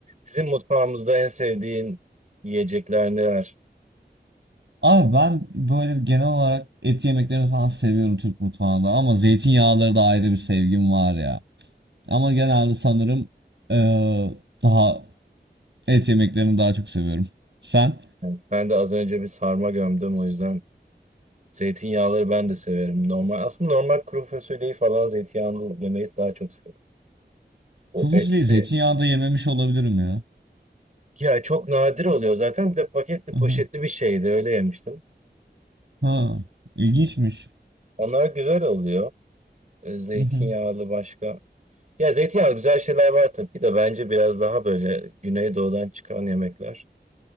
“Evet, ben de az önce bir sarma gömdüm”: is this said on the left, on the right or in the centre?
Right